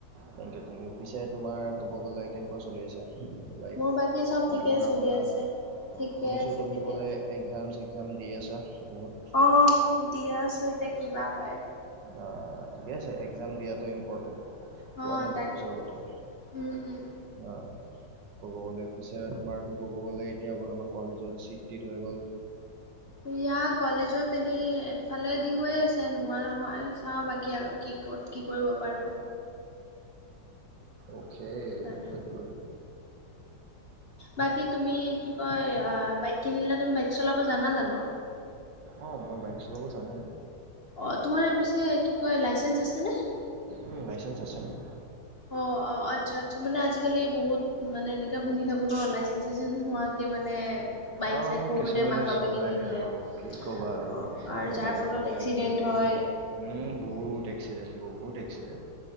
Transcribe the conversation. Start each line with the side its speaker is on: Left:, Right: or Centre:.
Right: থেংক ইউ থেংক ইউ পিছে তোমাৰ ক'ব গ'লে কেনেকুৱা চলি আছে? লাইফ
Left: মোৰ বাকী চব ঠিকে
Right: মানে পঢ়া
Left: চলি
Right: -শুনা,
Left: আছে ঠিকে
Right: শুনিছোঁ
Left: আছে
Right: তুমি
Left: ঠিকে
Right: বোলে
Left: আছে
Right: একজাম-চেগজাম দি আছা, বহুত।
Left: অ', দি আছো এতিয়া কিবা হয়।
Right: আ, ঠিকে আছে এক্সাম দিয়াটো ইম্পৰ্টেণ্ট। পোৱা
Left: অ
Right: নোপোৱা
Left: তাকেতো
Right: পিছৰ কথা।
Left: উম উম
Right: অ', ক'ব গ'লে পিছে তোমাৰতো ক'ব গ'লে এতিয়া বৰ্তমান কলেজত চিট- টিট হৈ গ'ল।
Left: ইয়া কলেজত এনেই এফালে দি হৈ আছে নোহোৱা নহয়, চাও বাকী আৰু কি ক'ত কি কৰিব পাৰো।
Right: অকে,
Left: কাৰণে
Right: গুড, গুড!
Left: বাকী তুমি কি' কয় আ বাইক কিনিলানে, তুমি বাইক চলাব জানা জানো?
Right: অঁ মই বাইক চলাব জানো।
Left: অ তোমাৰ পিছে কি' কয় লাইচেন্স আছে নে?
Right: উম' লাইচেন্স আছে মোৰ।
Left: অহ', অঁহ', আচ্ছা-আচ্ছা, মানে আজিকালি বহুত মানে এনেকে শুনি থাকো ন লাইচেন্স-চাইচেন্স নোহোৱা- কে মানে- বাইক
Right: অহ'
Left: চাইক সৰুতে
Right: কিছুমানে
Left: মাক বাপেকে
Right: চলাই
Left: দি দিয়ে।
Right: আৰু কি ক'বা আৰু
Left: অ' আৰু
Right: এইবিলাক
Left: যাৰ ফলত
Right: মানে
Left: এক্সিডেণ্ট
Right: আজিকালি।
Left: হয়
Right: উমঁ বহুত এক্সিডেণ্ট, বহুত এক্সিডেণ্ট